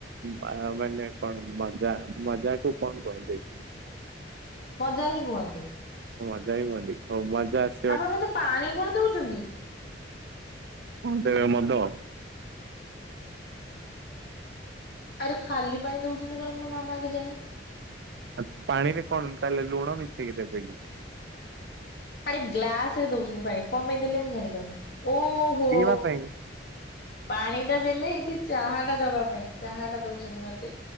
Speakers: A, on the right; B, on the left.
A: ମା-ମାନେ କଣ ମଜା ମଜାକୁ କଣ କୁହନ୍ତି।
B: ମଜା ହିଁ କୁହନ୍ତି।
A: ଓ ମଜା ହିଁ କୁହନ୍ତି ହୋଉ ମଜାସ
B: ଆପଣ ମତେ ପାଣି କଣ ଦୋଉଚନ୍ତି?
A: କଣ ଦେବେ ମଦ।
B: ଆରେ ଖାଲି ପାଣି ଦୋଉଚନ୍ତି କଣ ମୋ ମାମା ଆଗେ କେଜାଣି।
A: ଆ ପାଣିରେ କଣ ତାହେଲେ ଲୁଣ ମିଶେଇକି ଦେବେ କି?
B: ଆରେ ଗ୍ଲାସ ରେ ଦୋଉଛନ୍ତି ପାଣି କଣ ପାଇଁ ଦେଲେ ମୁଁ ଜାଣିପାରୁନି ଓହୋ।
A: ପିଇବା ପାଇଁ?
B: ପାଣି ଟା ଦେଲେ ଏଇଠି ଚାହା ଟା ଦବା ପାଇଁ ଚାହା ଟା ଦୋଉଚନ୍ତି ମତେ।